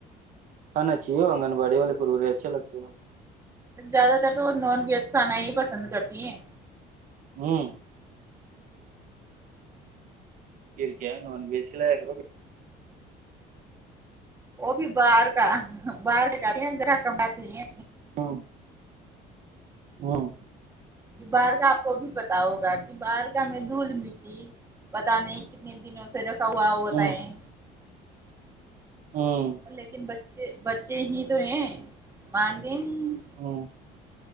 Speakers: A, on the right; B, on the right.
A: کھانا چاہیے انگن واڑی والے اچھے لگتے ہیں
B: زیادہ تر تو وہ نان ویج کھانا ہی پسند کرتی ہیں
A: ہوں پھر کیا ہے نون ویج کھلایا کرو
B: وہ بھی باہر کا باہر کا زیادہ اندر کہ کام کہا تی ہیں
A: ہاں ہاں
B: یہ بارگاہ آپ کو بھی پتا ہوگا کہ بارگاہ میں دھول مٹی پتہ نہیں کتنے دنوں سے رکھا ہوا ہوتا
A: ہوں
B: ہے
A: ہوں
B: لیکن بچے بچے ہی تو ہیں مانتے نہیں
A: ہوں